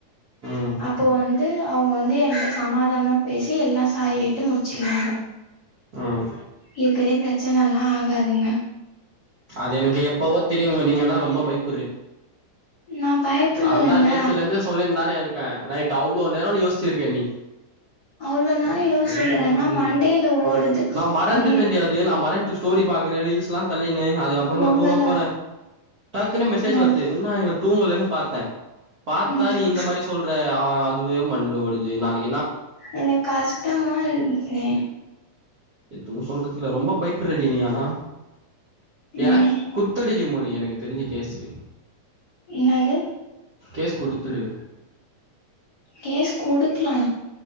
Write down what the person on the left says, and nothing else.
அப்போ வந் து அவுங்க வந்து எங்கிட்ட சமாதானமா பேசி எல்லா சாரி கேட்டு முடிச்சிகினாங்க
இது பெரிய பிரச்சனலா ஆகாதுங்க
நா பயப்படலங்க
அவ்ளோ நேரோ
யோசிக்கிறேன்னா
மண்டையில ஓடுது
ஒன்னயு
உங்களா
நா
ம்
எனக்கு கஷ்டமா இருந்தே
ம்
இன்னாது
கேஸ் குடுக்லா